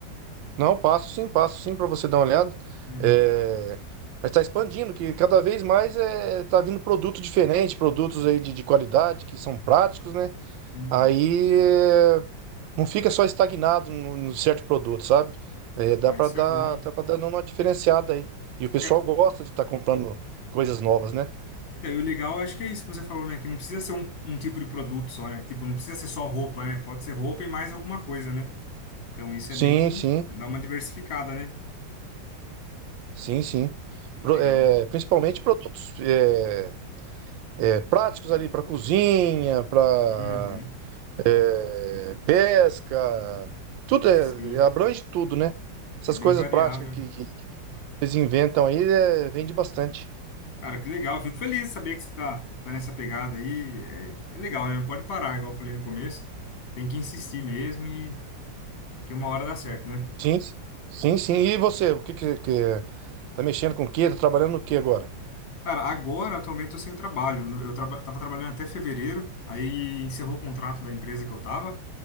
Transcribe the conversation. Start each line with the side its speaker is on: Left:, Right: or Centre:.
Right: Não, passo sim, passo sim para você dar uma olhada.
Left: Uhum,
Right: É, Mas está expandindo, que cada vez mais é... tá vindo produto diferente, produtos aí de, de qualidade, que são práticos, né?
Left: uhum.
Right: Aí é, não fica só estagnado num num certo produto, sabe? É, dá
Left: Ah,
Right: para
Left: isso
Right: dar,
Left: é bom.
Right: dá para dar uma diferenciada aí. E o pessoal
Left: É,
Right: gosta de estar comprando coisas novas, né?
Left: então, e o legal, acho que é isso que você falou, né? Que não precisa ser um, um tipo de produto só, né? Tipo, não precisa ser só roupa, né? Pode ser roupa e mais alguma coisa, né? Então isso
Right: Sim,
Left: é bem...
Right: sim,
Left: dá uma diversificada, né?
Right: sim, sim.
Left: Que legal.
Right: Pro- é, Principalmente produtos é, é, práticos ali para cozinha, para
Left: Uhum,
Right: é, pesca, tudo
Left: sim.
Right: é, é, abrange tudo, né? Essas
Left: É bem
Right: coisas
Left: variável.
Right: práticas que, que- que eles inventam aí, é, vende bastante.
Left: Cara, que legal. Eu Fico feliz de saber que você tá, tá nessa pegada aí. É, é legal, né? Não pode parar, igual eu falei no começo. Tem que insistir mesmo e que uma hora dá certo, né?
Right: Sim, sim, sim. E você, o que que, que- tá mexendo com o quê? Tá trabalhando no quê agora?
Left: Cara, agora, atualmente, eu sem trabalho. No- Eu traba- tava trabalhando até fevereiro, aí encerrou o contrato da empresa que eu tava,